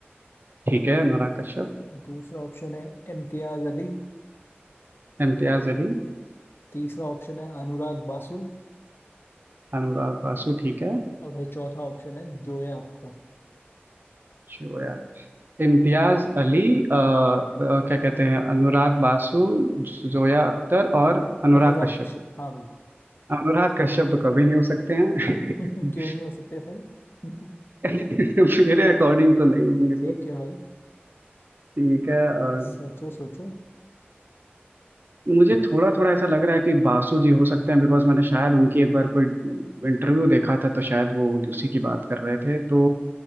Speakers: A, on the right; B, on the left.
A: ठीक है अनुराग कश्यप
B: दूसरा ऑप्शन है इम्तियाज अली
A: इम्तियाज अली
B: तीसरा ऑप्शन है अनुराग बासु
A: अनुराग बासु ठीक है
B: और भाई चौथा ऑप्शन है जोया अख्तर
A: जो यार इम्तियाज अली अ, अ, क्या कहते हैं अनुराग बासु जोया अख्तर और अनुराग
B: अनुराग
A: कश्यप
B: कश्यप हाँ भाई
A: अनुराग कश्यप तो कभी नहीं हो सकते हैं
B: <laughs>
A: <laughs>
B: क्यों नहीं हो सकते भाई <laughs>
A: मेरे अकॉर्डिंग तो नहीं होंगे
B: ठीक
A: वो
B: है भाई
A: ठीक है और
B: सोचो सोचो
A: मुझे थोड़ा थोड़ा ऐसा लग रहा है कि बासु जी हो सकते हैं बिकॉज मैंने शायद उनकी एक बार कोई इंटरव्यू देखा था तो शायद वो उसी की बात कर रहे थे तो